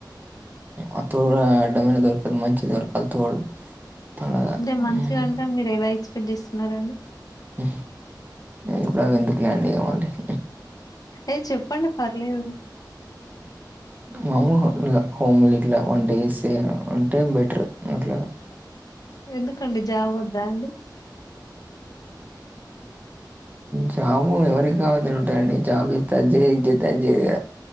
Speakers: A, on the right; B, on the left.
A: ఆ తోడ దొరికిందేమో దొరకాలి మంచిది తోడు అలాగా
B: అంటే
A: ఉమ్.
B: మంచిగాంటే మీరు ఎలా ఎక్స్పెక్ట్ చేస్తున్నరండి
A: హు ఇప్పుడు ఎందుకు లే అండీ ఇలాంటివి
B: ఏ చెప్పండి పర్లేదు
A: మాములుగా హోమ్ ఇట్లా వంట చేసే అంటే బెటర్ ఇట్లా
B: ఎందుకండి జాబ్ వద్దా అండి కాకి సౌండ్
A: జాబు ఎవరికి కావద్దని ఉంటాయండి జాబు చేస్తే ఇది చేయ అది చేస్తే ఇది చేయ